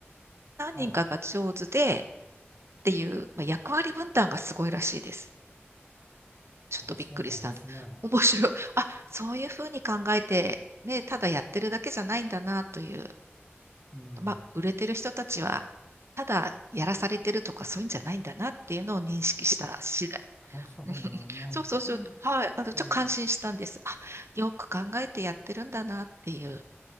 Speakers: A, on the right; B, on the left.
A: 何人かが上手でっていう、
B: はい。
A: まあ、役割分担がすごいらしいです。ちょっとびっくりしたんで、
B: あ、そうなんですね。
A: <laughs> 面白い。あ、そういうふうに考えて、ね、ただやってるだけじゃないんだなという、
B: うん。
A: まあ、売れてる人たちは、ただやらされてるとかそういうんじゃないんだなっていうのを認識した次第。
B: まあ、それはね、
A: <laughs> そうそうそう。はい。あの、ちょっと感心したんです。
B: ええ、
A: あ、よく考えてやってるんだなっていう、